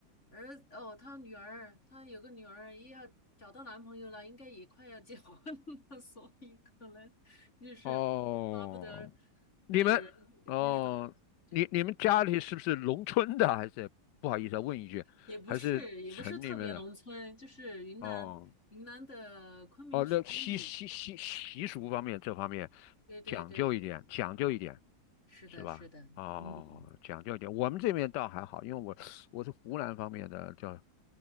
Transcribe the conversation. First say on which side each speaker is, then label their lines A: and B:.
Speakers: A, on the left (about 40°); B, on the left (about 85°).
A: 儿哦，他女儿，他有个女儿，也要找到男朋友了，应该也快要结婚了，<laughs> 所以可能就是巴不得
B: 哦，你们哦，
A: 对人越多越好这样子。
B: 你你们家里是不是农村的？还是不好意思啊，问一句，
A: 也不是，
B: 还是城里面的？
A: 也不是特别农村，就是云南云南的昆明曲靖。
B: 哦哦，那习习习习俗方面这方面
A: 对对对，
B: 讲究一点，讲究一点
A: 是的，
B: 是吧？
A: 是的，
B: 哦，
A: 嗯，
B: 讲究一点。我们这边倒还好，因为我我是湖南方面的，叫